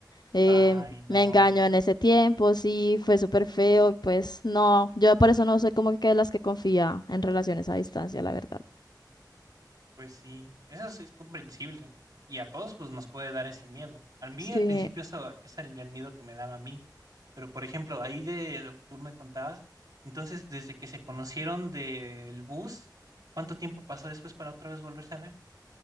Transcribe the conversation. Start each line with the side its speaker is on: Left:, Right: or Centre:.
Left: Eh,
Right: Ay, no.
Left: me engañó en ese tiempo, sí, fue súper feo, pues no, yo por eso no soy como que de las que confía en relaciones a distancia, la verdad.
Right: Pues sí, eso sí es comprensible. Y a todos pues nos puede dar ese miedo. A mí
Left: Sí,
Right: al principio eso es el, el miedo que me daba a mí. Pero por ejemplo, ahí de lo que tú me contabas, entonces desde que se conocieron del bus, ¿cuánto tiempo pasó después para otra vez volverse a ver?